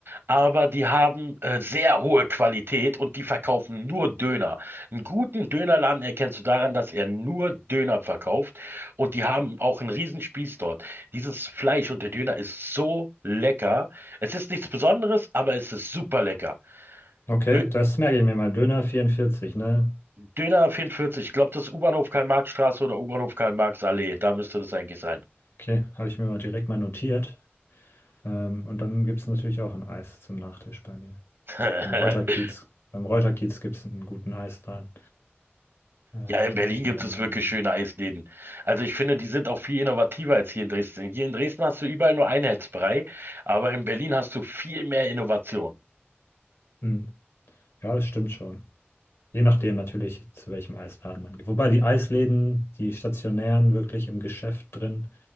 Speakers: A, on the right (about 65°); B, on the left (about 80°).
A: aber die haben äh, sehr hohe Qualität und die verkaufen nur Döner. Einen guten Dönerladen erkennst du daran, dass er nur Döner verkauft und die haben auch einen Riesenspieß dort. Dieses Fleisch und der Döner ist so lecker. Es ist nichts Besonderes, aber es ist super lecker.
B: okay,
A: Dö
B: das merke ich mir mal. Döner vierundvierzig ne?
A: Döner 44, ich glaube, das ist U-Bahnhof Karl-Marx-Straße oder U-Bahnhof Karl-Marx-Allee. Da müsste das eigentlich sein.
B: Okay, habe ich mir mal direkt mal notiert. Ähm, und dann gibt es natürlich auch ein Eis zum Nachtisch bei mir.
A: <laughs>
B: Im Reuterkiez. Beim Reuterkiez gibt es einen guten Eisladen. Äh,
A: Ja, in
B: gönne
A: Berlin
B: ich
A: gibt
B: mir dann
A: es
B: mal.
A: wirklich schöne Eisläden. Also ich finde, die sind auch viel innovativer als hier in Dresden. Hier in Dresden hast du überall nur Einheitsbrei, aber in Berlin hast du viel mehr Innovation.
B: Mhm. Ja, das stimmt schon. Je nachdem natürlich, zu welchem Eisladen man geht. Wobei die Eisläden, die stationären wirklich im Geschäft drin,